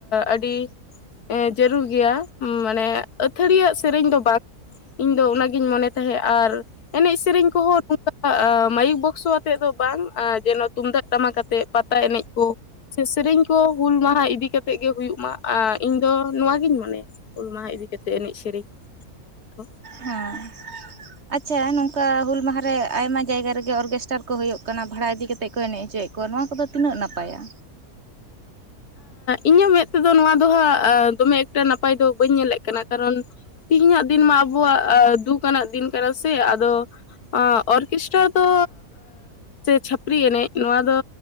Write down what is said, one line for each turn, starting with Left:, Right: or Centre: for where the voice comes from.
Left: ᱟᱹᱰᱤ ᱡᱟᱹᱨᱩᱲ ᱜᱮᱭᱟ ᱢᱟᱱᱮ ᱟᱹᱛᱷᱟᱹᱲᱤᱭᱟᱜ ᱥᱮᱨᱮᱧ ᱫᱚ ᱵᱟᱝ ᱤᱧ ᱫᱚ ᱚᱱᱟᱜᱤᱧ ᱢᱚᱱᱮ ᱛᱟᱦᱮᱸᱜ ᱟᱨ ᱮᱱᱮᱡ ᱥᱮᱨᱮᱧ ᱠᱚᱦᱚᱸ <inaudible> ᱱᱚᱝᱠᱟ ᱢᱟᱭᱤᱠ ᱵᱚᱠᱥᱚ ᱟᱛᱮᱫ ᱫᱚ ᱵᱟᱝ ᱟ ᱡᱮᱱᱚ ᱛᱩᱢᱫᱟᱜ ᱴᱟᱢᱟᱠ ᱟᱛᱮᱫ ᱯᱟᱛᱟ ᱮᱱᱮᱡ ᱠᱚ ᱥᱮ ᱥᱮᱨᱮᱧ ᱠᱚ ᱦᱩᱞ ᱢᱟᱦᱟ ᱤᱫᱤᱠᱟ ᱠᱟᱛᱮᱜ ᱜᱮ ᱦᱩᱭᱩᱜ ᱢᱟ ᱟ ᱤᱧ ᱫᱚ ᱱᱚᱣᱟᱜᱤᱧ ᱢᱚᱱᱮᱭᱟ ᱩᱞ ᱢᱟᱦᱟ ᱤᱫᱤᱠᱟ ᱠᱟᱛᱮᱫ ᱮᱱᱮᱡ ᱥᱮᱨᱮᱧ ᱛᱚ
Right: ᱦᱮᱸ ᱟᱪᱪᱷᱟ ᱱᱚᱝᱠᱟ ᱦᱩᱞ ᱢᱟᱦᱟ ᱨᱮ ᱟᱭᱢᱟ ᱡᱟᱭᱜᱟ ᱨᱮᱜᱮ ᱚᱨᱜᱮᱥᱴᱟᱨ ᱠᱚ ᱦᱩᱭᱩᱜ ᱠᱟᱱᱟ ᱵᱷᱟᱲᱟ ᱤᱫᱤ ᱠᱟᱛᱮ ᱠᱚ ᱮᱱᱮᱡ ᱚᱪᱚᱭᱮᱫ ᱠᱚᱣᱟ ᱱᱚᱣᱟ ᱠᱚᱫᱚ ᱛᱤᱱᱟᱹᱜ ᱱᱟᱯᱟᱭᱟ
Left: ᱤᱧᱟᱹᱜ ᱢᱮᱫ ᱛᱮᱫᱚ ᱱᱚᱣᱟ ᱫᱚᱦᱟᱸᱜ ᱫᱚᱢᱮ ᱮᱠᱴᱟ ᱱᱟᱯᱟᱭ ᱫᱚ ᱵᱟᱹᱧ ᱧᱮᱞᱮᱫ ᱠᱟᱱᱟ ᱠᱟᱨᱚᱱ ᱛᱦᱤᱧᱟᱜ ᱫᱤᱱ ᱢᱟ ᱟᱵᱚᱣᱟᱜ ᱫᱩᱠ ᱟᱱᱟᱜ ᱫᱤᱱ ᱠᱟᱱᱟ ᱥᱮ ᱟᱫᱚ ᱚᱨᱠᱮᱥᱴᱟᱨ ᱫᱚ ᱥᱮ ᱪᱷᱟᱹᱯᱨᱤ ᱮᱱᱮᱡ ᱱᱚᱣᱟ ᱫᱚ